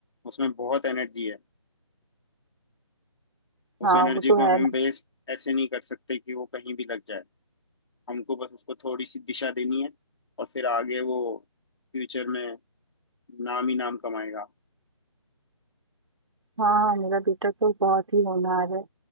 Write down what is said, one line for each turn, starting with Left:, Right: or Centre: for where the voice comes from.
Left: उसमें बहुत एनर्जी है
Right: हाँ
Left: उस एनर्जी
Right: वो तो
Left: को
Right: है
Left: हम वेस्ट ऐसे नहीं कर सकते कि वो कहीं भी लग जाए हमको बस उसको थोड़ी सी दिशा देनी है और फिर आगे वो फ्यूचर में नाम ही नाम कमाएगा
Right: हाँ हाँ मेरा बेटा तो बहुत ही होनहार है